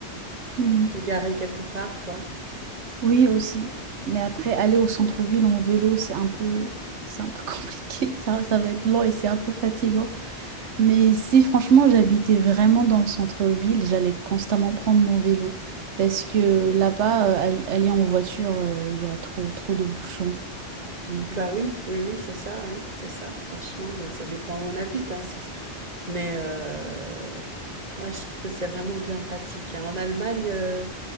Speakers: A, on the right; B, on the right.
A: Mhm.
B: te garer quelque part, quoi.
A: Oui, aussi. Mais après, aller au centre-ville en vélo, c'est un peu, c'est un peu <laughs> compliqué. Ça, ça va être lent et c'est un peu fatigant. Mais si franchement j'habitais vraiment dans le centre-ville, j'allais constamment prendre mon vélo. Parce que là-bas, euh, al- aller en voiture, euh, il y a trop, trop de bouchons. Donc,
B: Bah
A: euh,
B: oui, oui, oui, c'est ça, oui, c'est ça. Franchement, bah, ça dépend où on habite, hein, c'est- mais euh, ouais, je trouve que c'est vraiment bien pratique. hein. En Allemagne, euh,